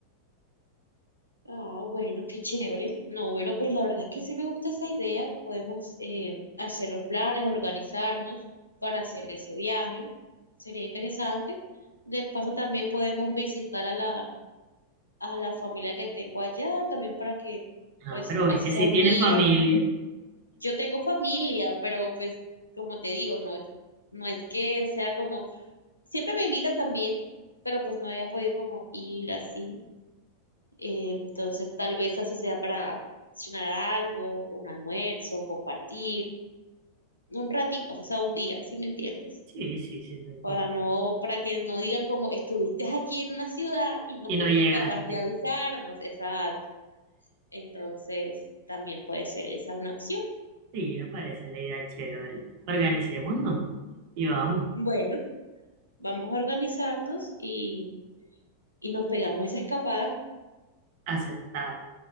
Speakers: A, on the left (about 85°); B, on the right (about 45°).
A: Ah, bueno, qué chévere. No, bueno, pues la verdad es que sí me gusta esa idea. Podemos eh, hacer los planes, organizarnos para hacer ese viaje. Sería interesante. De paso, también podemos visitar a la, a la familia que tengo allá, también para que,
B: Ah,
A: pues,
B: pero
A: así
B: es que
A: sea
B: si
A: un
B: tiene
A: día.
B: familia.
A: Yo tengo familia, pero pues, como te digo, no es, no es que sea como siempre me invitan también, pero pues no había podido como ir así. Eh, entonces tal vez así sea para cenar algo, un almuerzo, compartir, un ratico, o sea, un día, si me entiendes?
B: Sí, sí, sí, te entiendo.
A: Para no, para que no digan como estuviste aquí en una ciudad y no
B: Y
A: fuiste
B: no llegaste.
A: capaz de avisarnos, exacto. Entonces también puede ser esa una opción.
B: Sí, me parece la idea chévere. Organicémonos y vamos,
A: Bueno, vamos a organizarnos y, y nos pegamos esa escapada.
B: aceptado.